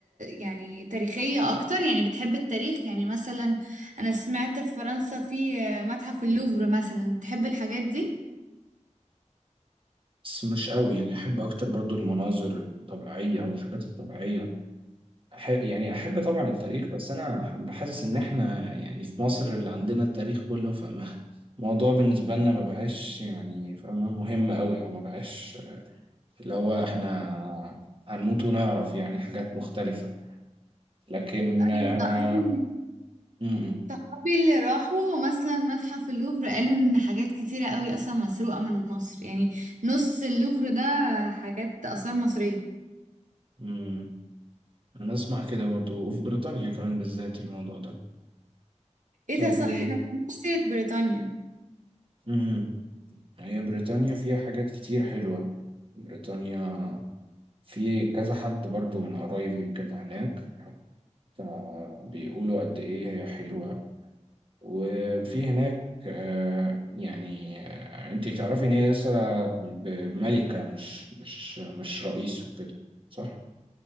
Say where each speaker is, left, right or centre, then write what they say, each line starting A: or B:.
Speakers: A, on the right (about 85°); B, on the right (about 45°).
A: يعني تاريخية اكتر يعني بتحب التاريخ يعني مثلا انا سمعت في فرنسا في آه، متحف اللوفر مثلا تحب الحاجات دي
B: بس مش قوي يعني احب اكتر برضو المناظر الطبيعيه او الحاجات الطبيعيه أح- يعني احب طبعا التاريخ بس انا بحسس ان احنا يعني في مصر اللي عندنا التاريخ كله فالموضوع <laughs> بالنسبه لنا ما بقاش يعني فاهمه مهم قوي او ما بقاش اللي هو احنا هنموت ونعرف يعني حاجات مختلفه لكن
A: ايوه
B: آه،
A: اصلا
B: م-
A: صحابي اللي راحوا مثلا متحف اللوفر قالوا ان حاجات كتيره قوي اصلا مسروقه من مصر يعني نص اللوفر ده حاجات اثار مصريه
B: م- انا اسمع كده برضو وفي بريطانيا كمان بالذات الموضوع ده
A: ايه
B: طب
A: ده صح
B: و...
A: احنا ما بنعرفش سيره بريطانيا
B: م- هي بريطانيا فيها حاجات كتير حلوة بريطانيا في كذا حد برضو من قرايبي كده هناك فبيقولوا قد إيه هي حلوة وفي هناك آه، يعني آه، انتي تعرفي ان هي لسه ملكة مش مش مش رئيس وكده صح؟